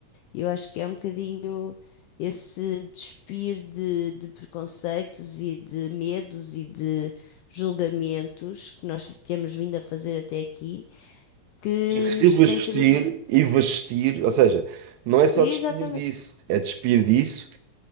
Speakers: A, on the left; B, on the right.
A: Eu acho que é um bocadinho esse despir de, de preconceitos e de medos e de julgamentos que nós temos vindo a fazer até aqui, que
B: E revestir
A: nos tem trazido.
B: e vestir, ou seja, não é só
A: Exatamente,
B: despir disso, é despir disso